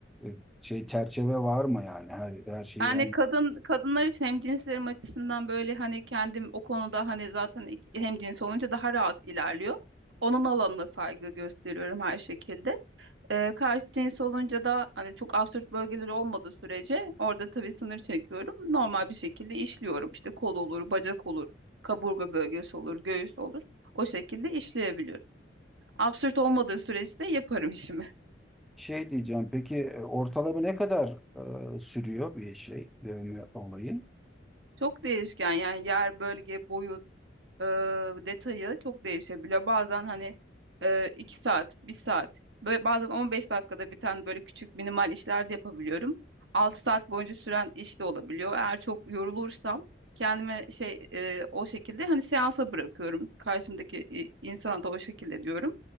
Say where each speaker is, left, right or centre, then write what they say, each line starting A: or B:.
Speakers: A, in the centre; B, on the right (about 85°).
A: e, şey çerçeve var mı yani her, her şeyi
B: Yani
A: her
B: kadın kadınlar için hemcinslerim açısından böyle hani kendim o konuda hani zaten ik- hemcins olunca daha rahat ilerliyor. Onun alanına saygı gösteriyorum her şekilde. Ee, karşı cins olunca da hani çok absürt bölgeleri olmadığı sürece orada tabii sınır çekiyorum. Normal bir şekilde işliyorum. İşte kol olur, bacak olur, kaburga bölgesi olur, göğüs olur. O şekilde işleyebiliyorum. Absürt olmadığı süreçte yaparım işimi.
A: Şey diyeceğim, peki e, ortalama ne kadar e, sürüyor bir şey, dövme olayı?
B: Çok değişken yani yer, bölge, boyut, e, detayı çok değişebiliyor. Bazen hani e, iki saat, bir saat, böyle bazen 15 dakikada biten böyle küçük minimal işler de yapabiliyorum. 6 saat boyunca süren iş de olabiliyor. Eğer çok yorulursam kendime şey e, o şekilde hani seansa bırakıyorum. Karşımdaki e, insana da o şekilde diyorum.